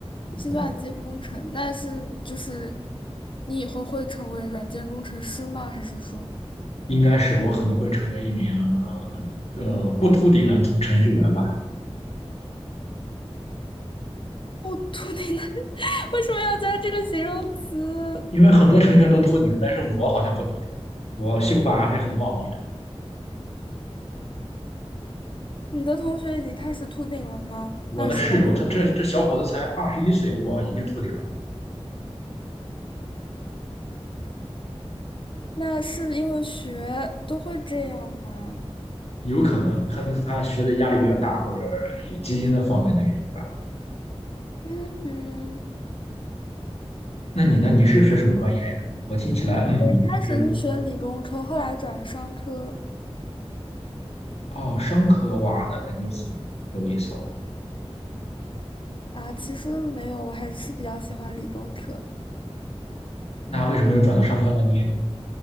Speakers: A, on the left; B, on the left.
A: 计算机工程，
B: 应该说
A: 那是就是你以后会成为软件工程师吗？还是说
B: 应该是我可能会成为一名呃不秃顶的程序员吧，
A: 不秃顶的？<laughs> 为什么要加这个形容词？
B: 因为很多程序员都秃顶，但是我好像不秃顶，我秀发还是很茂密的。
A: 你的同学已经开始秃顶了吗？
B: 我的室友他这这小伙子才二十一岁，
A: 二十来，
B: 我已经秃顶。
A: 那是因为学都会这样吗？
B: 有可能，可能是他学的压力比较大，或者有基因的方面的原因吧。
A: 嗯哼，
B: 那你呢？你是学什么专业呀？我听起来，嗯，
A: 我一开始是学理工科，
B: 是
A: 后来转了商科
B: 哦，商科哇，那感觉很很有意思哦。
A: 啊。其实没有，我还是比较喜欢理工科，
B: 那为什么又转到商科了呢？